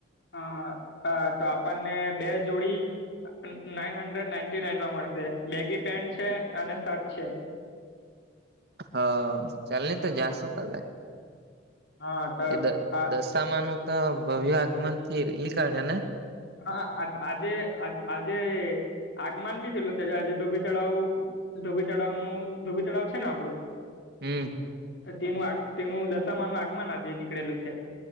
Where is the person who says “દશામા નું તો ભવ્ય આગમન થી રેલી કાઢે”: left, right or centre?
Right